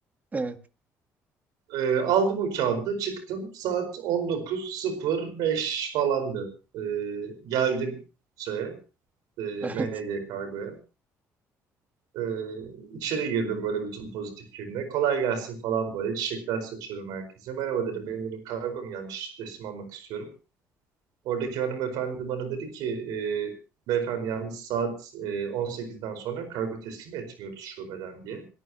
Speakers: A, on the right; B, on the right.
A: Evet,
B: Ee, aldım o kağıdı da çıktım. Saat 19.05 falandı. Ee, geldim şeye, e,
A: <laughs> evet.
B: MNG kargoya. Ee, içeri girdim böyle bütün pozitifliğimle. Kolay gelsin falan böyle. Çiçekler saçıyorum herkese. Merhaba dedim. Benim dedim kargom gelmiş. Teslim almak istiyorum. Oradaki hanımefendi bana dedi ki e, beyefendi yalnız saat e, 18'den sonra kargo teslim etmiyoruz şubeden diye.